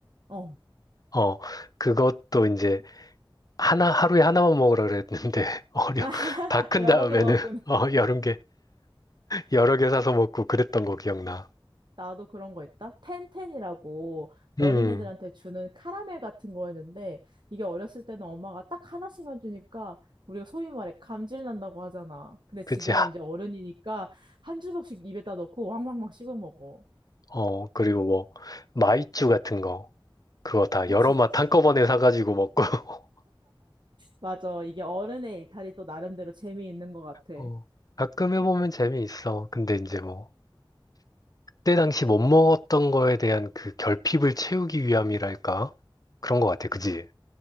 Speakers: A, on the right; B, on the left.
A: 어.
B: 어, 그것도 이제 하나, 하루에 하나만 먹으라 그랬는데, <laughs> 어려,
A: <laughs>
B: 다 큰
A: 여러
B: 다음에는,
A: 개 먹었구나.
B: <laughs> 어, 여름 여러 개 사서 먹고 그랬던 거 기억나.
A: 나도 그런 거 있다. 텐텐이라고 어린애들한테
B: 음,
A: 주는 카라멜 같은 거였는데 이게 어렸을 때는 엄마가 딱 하나씩만 주니까 우리가 소위 말해 감질 난다고 하잖아. 근데
B: 그치.
A: 지금
B: 하-
A: 이제 어른이니까 한 주먹씩 입에다 넣고 왕왕왕 씹어 먹어.
B: 어, 그리고 뭐, 마이쮸 같은 거. 그거 다
A: 그치,
B: 여러 맛
A: 그치.
B: 한꺼번에 사가지고 먹고. <laughs>
A: 맞아. 이게 어른의 일탈이 또 나름대로 재미있는 것 같아.
B: 어, 가끔 해보면 재미있어. 근데 이제 뭐, 그때 당시 못 먹었던 거에 대한 그 결핍을 채우기 위함이랄까? 그런 거 같아. 그지?